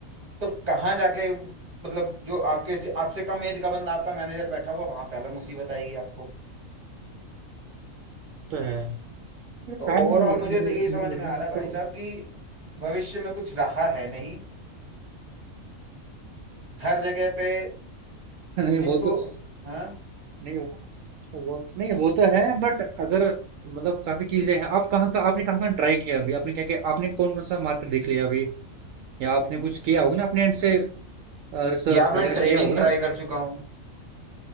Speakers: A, on the right; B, on the right.
A: तो कहाँ जाके मतलब जो आपके आपसे कम एज का बंदा आपका मैनेजर बैठा हुआ वहां पे अलग मुसीबत आएगी आपको
B: तो है
A: तो
B: टाइम
A: ओवरऑल
B: निकल
A: मुझे
B: निकल
A: तो यही समझ
B: निकल जाएगा,
A: में आ रहा
B: बस
A: है भाई
B: तो
A: साहब
B: उस-
A: कि भविष्य में कुछ रहा है नहीं हर जगह पे
B: नहीं
A: एक
B: वो
A: तो
B: तो
A: हाँ
B: नहीं वो वो- नहीं वो तो है बट अगर मतलब काफी चीजें हैं आप कहाँ का आपने कहाँ कहाँ ट्राई किया अभी आपने क्या क्या आपने कौन कौन सा मार्केट देख लिया अभी या आपने कुछ किया होगा ना अपने एंड से रिसर्च
A: यार मैं
B: वगैरह
A: ट्रेडिंग
B: किया होगा
A: ट्राई
B: ना
A: कर चुका हूँ